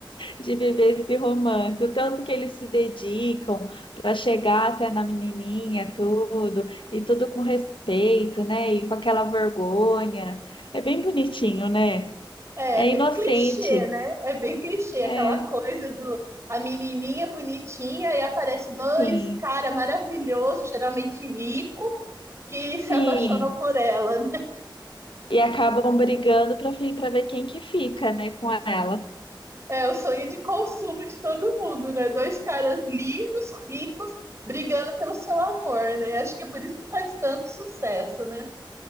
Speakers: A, on the left (about 85°); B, on the right (about 35°).
A: de viver esse romance, o tanto que eles se dedicam para chegar até na menininha, tudo, e tudo com respeito, né? E com aquela vergonha. É bem bonitinho, né?
B: É,
A: É
B: é bem
A: inocente.
B: clichê, né? É bem clichê aquela
A: É,
B: coisa do a menininha bonitinha e aparece dois
A: sim,
B: cara maravilhoso, geralmente rico que se
A: sim.
B: apaixonam por ela, né?
A: E acabam brigando para para ver quem que fica, né, com ela.
B: É o sonho de consumo de todo mundo, né? Dois caras lindos, ricos, brigando pelo seu amor, né? Acho que é por isso que faz tanto sucesso, né?